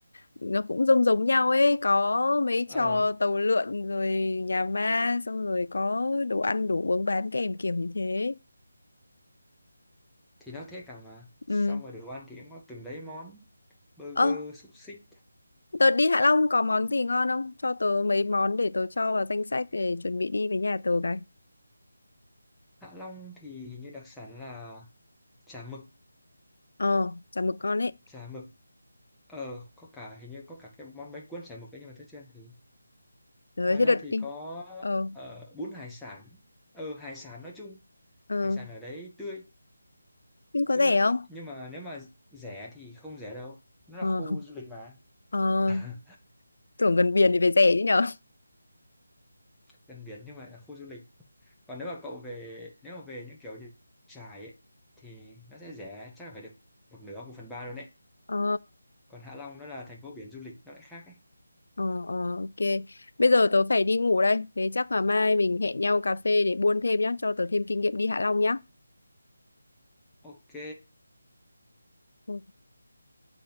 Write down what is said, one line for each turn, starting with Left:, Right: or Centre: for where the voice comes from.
Left: nó cũng giống giống nhau ấy có mấy
Centre: Ờ
Left: trò tàu lượn rồi nhà ma xong rồi có đồ ăn đồ uống bán kèm kiểu như thế
Centre: thì nó thế cả mà.
Left: ừ.
Centre: Xong rồi đồ ăn thì cũng có từng đấy món burger,
Left: Ơ
Centre: xúc xích.
Left: tớ đi Hạ Long có món gì ngon không cho tớ mấy món để tớ cho vào danh sách để chuẩn bị đi với nhà tớ cái
Centre: Hạ Long thì hình như đặc sản là chả mực,
Left: ờ chả mực con ấy
Centre: chả mực. Ờ có cả hình như có cả cái món bánh cuốn chả mực ấy nhưng mà tớ chưa ăn thử.
Left: rồi
Centre: Ngoài
Left: thế
Centre: ra
Left: đợt
Centre: thì
Left: đi
Centre: có
Left: ờ
Centre: ờ, bún hải sản. Ờ hải sản nói chung
Left: ờ
Centre: hải sản ở đấy tươi
Left: nhưng có
Centre: tươi
Left: rẻ
Centre: đấy.
Left: không
Centre: nhưng mà nếu mà rẻ thì không rẻ đâu nó
Left: ờ
Centre: là khu
Left: <laughs>
Centre: du lịch mà
Left: ờ
Centre: <laughs>
Left: tưởng gần biển thì phải rẻ chứ nhở
Centre: gần biển nhưng mà là khu du lịch còn nếu mà cậu về nếu mà về những kiểu như Trải ấy, thì nó sẽ rẻ chắc là phải được một nửa một phần ba luôn đấy
Left: ờ
Centre: còn Hạ Long nó là thành phố biển du lịch nó lại khác ấy
Left: Ờ, ờ, ok. Bây giờ tớ phải đi ngủ đây. Thế chắc là mai mình hẹn nhau cà phê để buôn thêm nhá, cho tớ thêm kinh nghiệm đi Hạ Long nhá.
Centre: ok
Left: Ok.